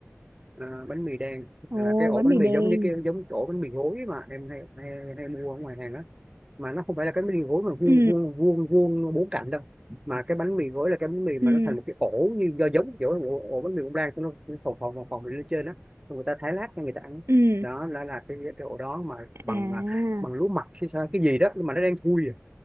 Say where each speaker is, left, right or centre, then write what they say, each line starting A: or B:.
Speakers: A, on the right (about 20°); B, on the right (about 60°).
A: Ờ, bánh mì đen
B: Ồ,
A: là cái ổ
B: bánh
A: bánh
B: mì
A: mì
B: đen.
A: giống như cái giống cái ổ bánh mì gối mà em hay hay, hay mua ở ngoài hàng đó mà nó không phải là cái bánh mì gối mà vuông
B: Ừ,
A: vuông vuông vuông bốn cạnh đâu mà cái bánh mì gối là cái bánh mì mà
B: ừ,
A: nó thành một cái ổ như do giống kiểu ổ, ổ bánh mì bông lan xong nó phồng phồng phồng phồng lên trên đó Xong người ta thái lát cho người ta ăn
B: ừ.
A: đó là là cái, cái ổ đó mà bằng
B: À,
A: à, bằng lúa mạch hay sao cái gì đó nhưng mà nó đang thui